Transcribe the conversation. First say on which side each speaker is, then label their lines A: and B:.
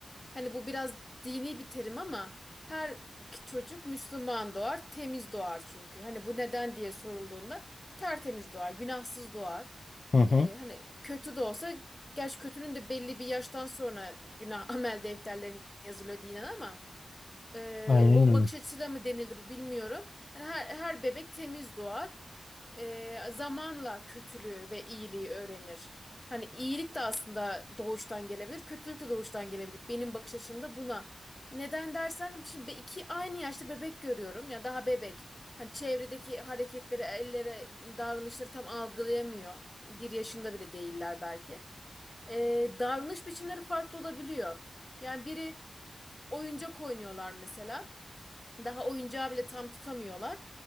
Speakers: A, on the left (about 20°); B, on the left (about 50°).
A: Hani bu biraz dini bir terim ama her çocuk Müslüman doğar, temiz doğar çünkü. Hani bu neden diye sorulduğunda tertemiz doğar, günahsız doğar.
B: Hı hı.
A: Ee, hani kötü de olsa, gerçi kötünün de belli bir yaştan sonra günah <laughs> amel defterlerine yazılıyor dinen ama ee,
B: Aynen
A: o
B: öyle.
A: bakış açısıyla mı denildi bu bilmiyorum. Hani her, her bebek temiz doğar. Ee, zamanla kötülüğü ve iyiliği öğrenir. Hani iyilik de aslında doğuştan gelebilir, kötülük de doğuştan gelebilir. Benim bakış açımda buna. Neden dersen şimdi be- iki aynı yaşta bebek görüyorum ya daha bebek. Hani çevredeki hareketleri, ellere, davranışları tam algılayamıyor. Bir yaşında bile değiller belki e, davranış biçimleri farklı olabiliyor. Yani biri oyuncak oynuyorlar mesela. Daha oyuncağı bile tam tutamıyorlar.